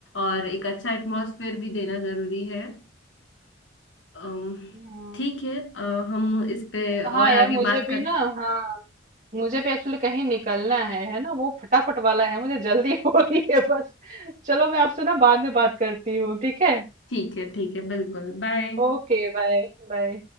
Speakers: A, on the left (about 85°); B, on the right (about 40°).
A: और एक अच्छा एटमॉस्फेयर भी देना जरूरी है अम,
B: हाँ
A: ठीक है अ, हम इस पे
B: हाँ
A: और
B: यार
A: आगे
B: मुझे
A: बात
B: भी
A: करते
B: ना हाँ मुझे भी एक्चुअली कहीं निकलना है है ना वो फटाफट वाला है मुझे जल्दी हो रही है बस चलो मैं आपसे ना बाद में बात करती हूँ ठीक है
A: ठीक है ठीक है बिल्कुल बाय
B: Okay bye बाय